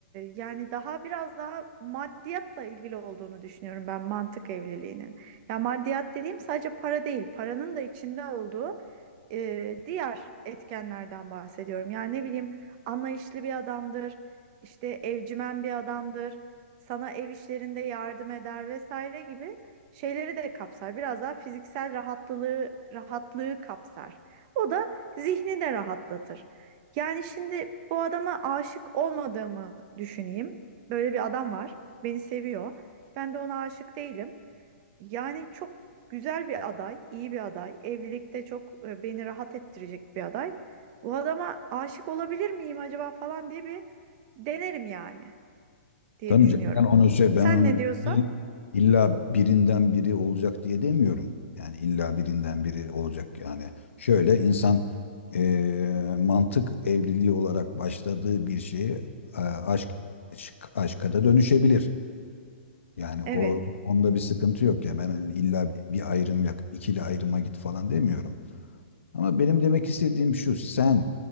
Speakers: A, on the right; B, on the left.
A: yani daha biraz daha maddiyatla ilgili olduğunu düşünüyorum ben mantık evliliğinin. Ya maddiyat dediğim sadece para değil, paranın da içinde olduğu e, diğer etkenlerden bahsediyorum. Yani ne bileyim anlayışlı bir adamdır, işte evcimen bir adamdır, sana ev işlerinde yardım eder vesaire gibi şeyleri de kapsar. Biraz daha fiziksel rahatlığı rahatlığı kapsar. O da zihni de rahatlatır. Yani şimdi bu adama aşık olmadığımı düşüneyim. Böyle bir adam var. Beni seviyor. Ben de ona aşık değilim. Yani çok güzel bir aday, iyi bir aday. Evlilikte çok e, beni rahat ettirecek bir aday. Bu adama aşık olabilir miyim acaba falan diye bir denerim yani diye
B: Tabii
A: düşünüyorum.
B: canım ben onu şey
A: Sen
B: ben onu
A: ne diyorsun?
B: il- illa birinden biri olacak diye demiyorum. Yani illa birinden biri olacak yani. Şöyle insan eee, mantık evliliği olarak başladığı bir şeyi eee, aşk şık- aşka da dönüşebilir. Yani o
A: Evet.
B: onda bir sıkıntı yok ya ben illa bir bir ayrım yap ikili ayrıma git falan demiyorum. Ama benim demek istediğim şu sen